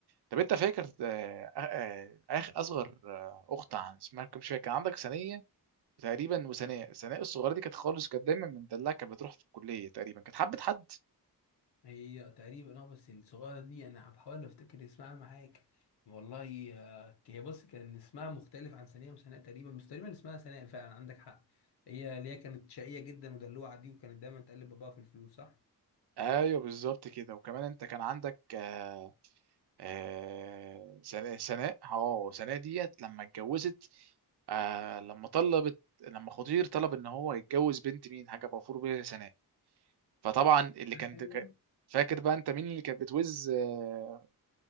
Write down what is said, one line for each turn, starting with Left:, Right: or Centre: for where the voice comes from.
Right: طب انت فاكر آه، آه، آه، اخ اصغر آه، اخت عن اسمها كم مش فاكر كان عندك ثانيه تقريبا وثناء ثناء الصغيره دي كانت خالص كانت دايما مدلعه كانت بتروح في الكليه تقريبا كانت حبه حد
Left: هي تقريبا أه بس الصغيرة دي أنا بحاول أفتكر اسمها معاك والله آه، هي بص كان اسمها مختلف عن ثانية وسناء تقريبا بس تقريبا اسمها ثناء فعلا عندك حق هي اللي هي كانت شقية جدا ودلوعة دي وكانت دايما تقلب باباها في الفلوس صح؟
Right: ايوه بالظبط كده وكمان انت كان عندك آه، آه، سناء سناء اه سناء ديت لما اتجوزت آه لما طلبت لما خضير طلب ان هو يتجوز بنت مين حاجه غفور بيها سناء فطبعا اللي كان
Left: ايوه
Right: ك- فاكر بقى انت مين اللي كانت بتوز آه،